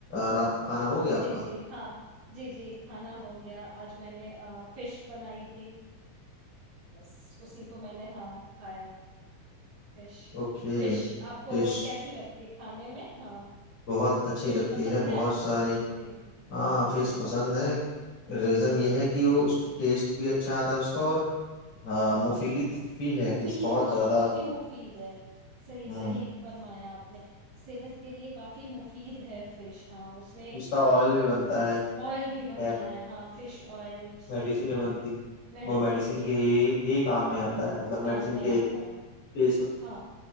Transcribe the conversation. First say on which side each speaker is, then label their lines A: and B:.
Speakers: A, on the left; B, on the right.
A: رات کا کھانا ہو گیا آپ
B: جی
A: کا
B: جی ہاں جی جی کھانا ہو گیا آج میں نے فش بنائی تھی بس اسی کو میں نے ہاں کھایا فش
A: اوکے
B: فش آپ کو
A: فش
B: کیسی لگتی ہے ک کھانے میں ہاں
A: بہت اچھی
B: فش
A: لگتی
B: پسند
A: ہے بہت
B: آپ کو
A: ساری
B: جی جی
A: ہاں آ فس
B: ہ
A: پسند ہے ریزن
B: جی
A: یہ ہے کہ وہ اس ٹیسٹ بھی اچھا آتا ہے اس کا اور مفید
B: ہاں
A: بھی ہے
B: مفید
A: کہ بہت
B: ہاں
A: زیادہ
B: کافی مفید ہے صحیح
A: ہ
B: صحیح فرمایا آپ صحت کے لیے کافی مفید ہے فش ہاں اس میں
A: کا آئل بھی بنتا
B: ہاں
A: ہے
B: آئل بھی
A: ٹیب
B: بنتا ہے ہاں فش آئل صحیح
A: میڈیسن بھی
B: کہہ
A: بنتی
B: رہے
A: ہے
B: میڈیسین
A: وہ میڈیسن
B: بھی
A: کے ہی ہی کام میں آتا ہے مطلب میڈیسن
B: کام میں
A: کے
B: آتا ہے
A: ایک
B: ہاں